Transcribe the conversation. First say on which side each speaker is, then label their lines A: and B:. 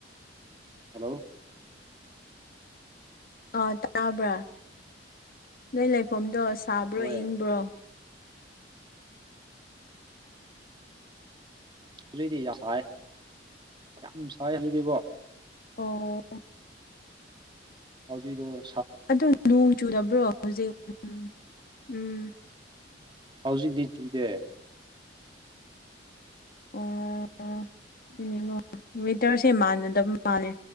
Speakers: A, on the right; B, on the left.
A: ꯍꯜꯂꯣ
B: ꯑꯥ ꯇꯥꯕ꯭ꯔꯥ ꯅꯣꯏ ꯂꯩꯐꯝꯗꯣ ꯁꯥꯕ꯭ꯔꯣ
A: ꯍꯣꯏ
B: ꯏꯪꯕ꯭ꯔꯣ
A: ꯍꯧꯖꯤꯛꯗꯤ ꯌꯥꯝ ꯁꯥꯏ ꯌꯥꯝ ꯁꯥꯏ ꯍꯧꯖꯤꯗꯤꯀꯣ
B: ꯑꯣ
A: ꯍꯧꯖꯤꯔꯣ
B: ꯑꯗꯣ ꯅꯣꯡ ꯆꯨꯗꯕ꯭ꯔꯣ ꯍꯧꯖꯤꯛ ꯎꯝ ꯎꯝ
A: ꯍꯧꯖꯤꯛꯇꯤ ꯇꯨꯗꯦ
B: ꯑꯣ ꯅꯤꯉꯣ ꯋꯦꯗꯔꯁꯦ ꯃꯥꯟꯅꯗꯕ ꯃꯥꯜꯂꯦ